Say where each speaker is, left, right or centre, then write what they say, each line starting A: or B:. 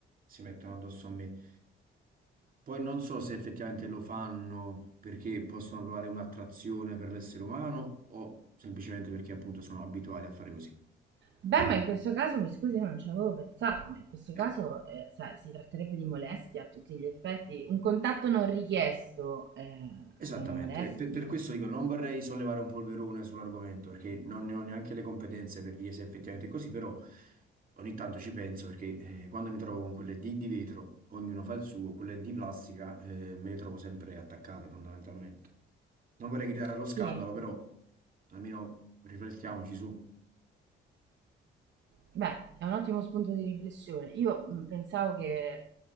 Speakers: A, on the right; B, on the right.
A: si mettono addosso a me. Poi non so se effettivamente lo fanno perché possono provare un'attrazione per l'essere umano o semplicemente perché appunto sono abituati a fare così.
B: Beh, ma in questo caso, mi scusi, io non ci avevo pensato, ma in questo caso
A: Eh.
B: eh, sa- si tratterebbe di molestia a tutti gli effetti. Un contatto non richiesto eh,
A: Esattamente,
B: è una molestia.
A: e per, per questo dico, non vorrei sollevare un polverone sull'argomento perché non ne ho neanche le competenze per dire se effettivamente è così, però ogni tanto ci penso perché eh, quando mi trovo con quelle di, di vetro, ognuno fa il suo, quelle di plastica eh, me le trovo sempre attaccate fondamentalmente. Non vorrei gridare allo
B: Sì.
A: scandalo, però almeno riflettiamoci su,
B: Beh, è un ottimo spunto di riflessione. Io mh, pensavo che,